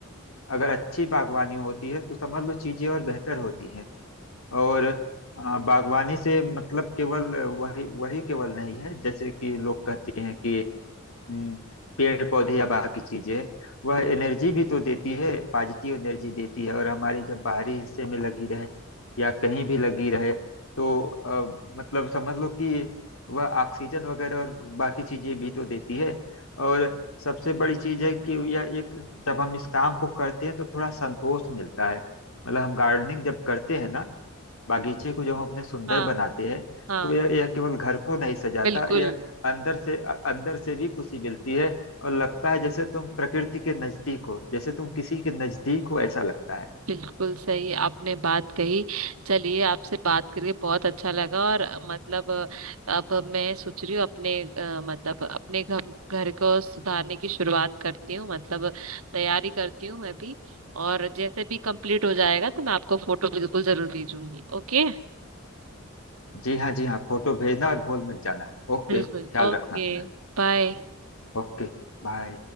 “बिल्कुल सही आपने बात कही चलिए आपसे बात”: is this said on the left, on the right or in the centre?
Right